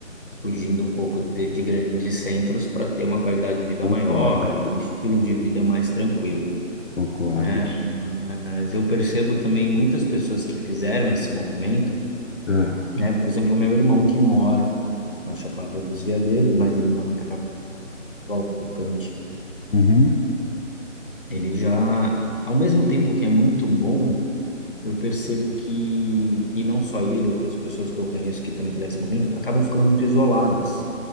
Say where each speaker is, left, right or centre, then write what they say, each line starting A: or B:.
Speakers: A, on the left (about 40°); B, on the left (about 60°).
A: fugindo um pouco de, de grandes centros para ter uma qualidade de vida
B: Concordo,
A: maior e um estilo de vida mais tranquilo,
B: <laughs> concordo.
A: né? Mas eu percebo também muitas pessoas que fizeram esse movimento,
B: Ah,
A: né? Por exemplo, meu irmão que mora na Chapada dos Veadeiros, mas ele mora em Cavalcante.
B: Uhum.
A: Ele já, ao mesmo tempo que é muito bom, eu percebo que, e não só ele, outras pessoas que eu conheço que também fizeram esse movimento, acabam ficando muito isoladas,